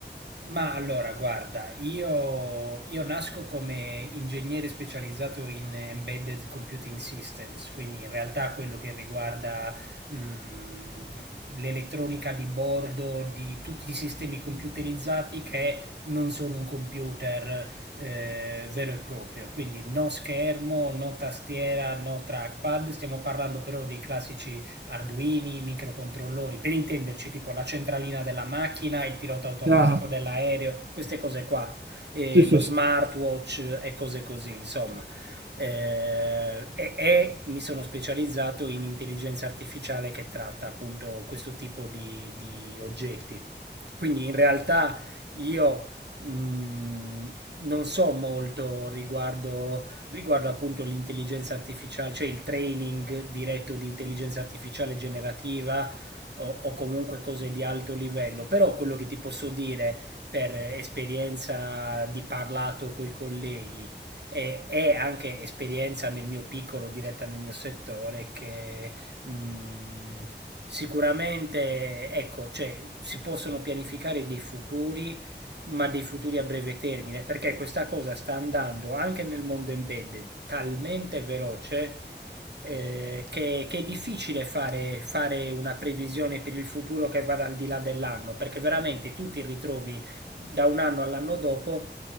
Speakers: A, on the right (about 70°); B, on the right (about 80°).
A: Ma allora, guarda, io, io nasco come ingegnere specializzato in embedded computing systems, quindi in realtà quello che riguarda mh, l'elettronica di bordo di tutti i sistemi computerizzati che non sono un computer eh, vero e proprio, quindi no schermo, no tastiera, no trackpad, stiamo parlando però dei classici arduini, microcontrollori, per intenderci tipo la centralina della macchina, il pilota automatico
B: Ah,
A: dell'aereo, queste cose qua, eh,
B: sì, sì,
A: lo smartwatch
B: sì,
A: e cose così, insomma. Eh, e, e mi sono specializzato in intelligenza artificiale che tratta appunto questo tipo di, di oggetti. Quindi in realtà io mh, non so molto riguardo riguardo appunto l'intelligenza artificiale, cioè il training diretto di intelligenza artificiale generativa o, o comunque cose di alto livello, però quello che ti posso dire per esperienza di parlato con i colleghi e, e anche esperienza nel mio piccolo, diretta nel mio settore, che mh, sicuramente ecco, cioè, si possono pianificare dei futuri ma dei futuri a breve termine, perché questa cosa sta andando anche nel mondo embedded talmente veloce eh, che, che è difficile fare, fare una previsione per il futuro che vada al di là dell'anno, perché veramente tu ti ritrovi da un anno all'anno dopo